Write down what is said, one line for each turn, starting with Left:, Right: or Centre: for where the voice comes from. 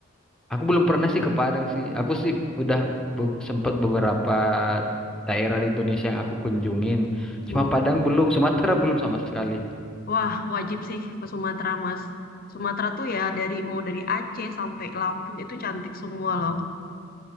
Centre: Aku belum pernah sih ke Padang sih. Aku sih udah be- sempet beberapa daerah di Indonesia yang aku kunjungin. Cuma
Left: Mm.
Centre: Padang belum, Sumatera belum sama sekali.
Left: Wah, wajib sih ke Sumatera, Mas. Sumatera tuh ya dari mau dari Aceh sampai Lampung itu cantik semua loh.